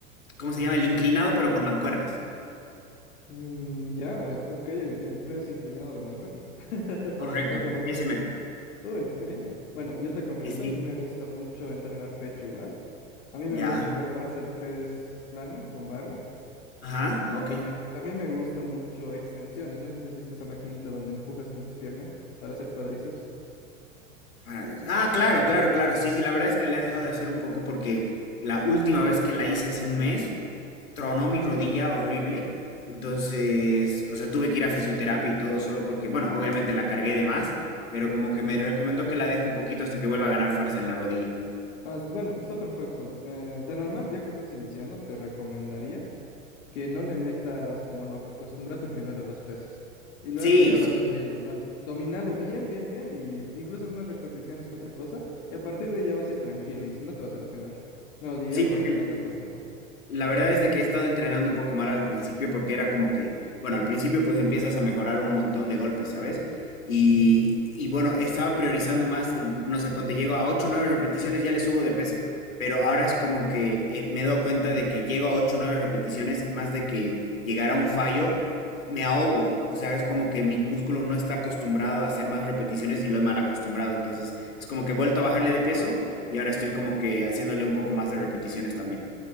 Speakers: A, on the left (about 80°); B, on the left (about 65°).
A: ¿cómo se llama? El inclinado, pero con mancuernas.
B: mm, ya, ok, en el press inclinado de mancuernas. <laughs>
A: Correcto,
B: O con mancuernas.
A: ese mero.
B: Uy, qué bien. Bueno, yo te comento,
A: Sí, sí.
B: a mí me gusta mucho entrenar pecho igual. A mí me
A: Ya.
B: gusta, pero más el press plano con barra.
A: Ajá,
B: Y
A: ah, ok.
B: también, también me gusta mucho extensiones. No sé si has visto esa maquinita donde empujas con tus piernas para hacer cuádriceps.
A: Ah, ah, claro, claro, claro. Sí, sí, la verdad es que la he dejado de hacer un poco porque la última vez que la hice hace un mes, tronó mi rodilla horrible. Entonces, o sea, tuve que ir a fisioterapia y todo solo porque, bueno, obviamente la cargué de más, pero como que me recomendó que la deje un poquito hasta que vuelva a ganar fuerza en la rodilla.
B: Ah, es- bueno, está perfecto. Eh, de normal, ya que estás iniciando, te recomendaría que no le metas como loco. Acostúmbrate primero a los pesos. Y luego
A: Sí,
B: ya
A: sí,
B: vas subiendo. Va, dominalo bien, bien, bien. Y incluso es más repeticiones que otra cosa. Y a partir de ahí ya vas a ir tranquilo y no te vas a lesionar. No, y
A: sí,
B: ya no
A: porque
B: vas a tener tanto miedo.
A: La verdad es de que he estado entrenando un poco mal al principio porque era como que, bueno, al principio pues empiezas a mejorar un montón de golpes, ¿sabes? Y, y bueno, estaba priorizando más el, no sé, ponte, llego a 8 o 9 repeticiones, ya le subo de peso, pero ahora es como que eh, me he dado cuenta de que llego a 8 o 9 repeticiones y más de que llegar a un fallo, me ahogo, o sea, es como que mi músculo no está acostumbrado a hacer más repeticiones y lo he mal acostumbrado, entonces es como que he vuelto a bajarle de peso y ahora estoy como que haciéndole un poco más de repeticiones también.